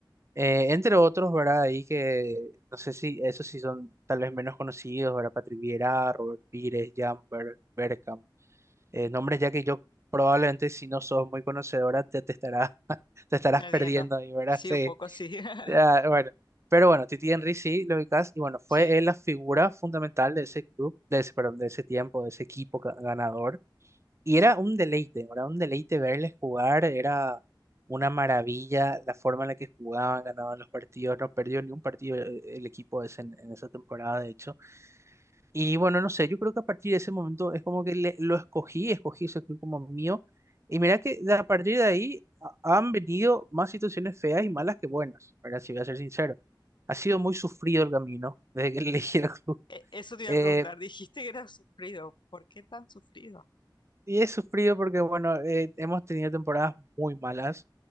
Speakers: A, on the right; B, on the left.
A: Eh, entre otros, ¿verdad? Ahí que no sé si esos sí son tal vez menos conocidos, ¿verdad? Patrick Vieira, Robert Pires, Jan Ber- Bergkamp. Eh, nombres ya que yo probablemente si no sos muy conocedora te, te estará- <laughs> te estarás
B: Perdiendo.
A: perdiendo ahí, ¿verdad?
B: Sí,
A: Sí.
B: un poco sí. <laughs>
A: Ah, bueno. Pero bueno, Titi Henry sí lo ubicás y bueno, fue
B: Sí.
A: él la figura fundamental de ese club, de ese, perdón, de ese tiempo, de ese equipo ca- ganador. Y era un deleite, era un deleite verles jugar, era una maravilla la forma en la que jugaban, ganaban los partidos, no perdió ni un partido eh, el equipo ese en, en esa temporada, de hecho. Y bueno, no sé, yo creo que a partir de ese momento es como que le- lo escogí, escogí ese club como mío. Y mira que de- a partir de ahí ha- han venido más situaciones feas y malas que buenas, ¿verdad? Si voy a ser sincero. Ha sido muy sufrido el camino desde que <laughs> elegí el club.
B: E- Eso te iba
A: Eh,
B: a preguntar. Dijiste que era sufrido. ¿Por qué tan sufrido?
A: Y he sufrido porque, bueno, eh, hemos tenido temporadas muy malas.